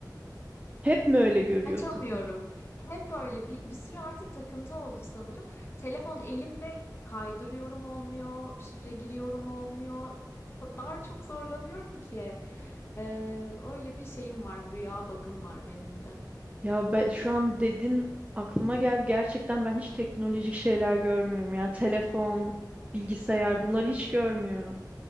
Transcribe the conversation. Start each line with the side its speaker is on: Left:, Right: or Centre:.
Right: Hep mi öyle görüyorsun?
Left: Açamıyorum. Hep öyle bir, bir süre artık takıntı oldu sanırım. Telefon elimde kaydırıyorum olmuyor, şifre giriyorum olmuyor. O kadar çok zorlanıyorum ki. Ee, öyle bir şeyim var, rüya bug'ım var benim de.
Right: Ya ben, şu an dedin aklıma geldi. Gerçekten ben hiç teknolojik şeyler görmüyorum. Yani telefon, bilgisayar bunları hiç görmüyorum.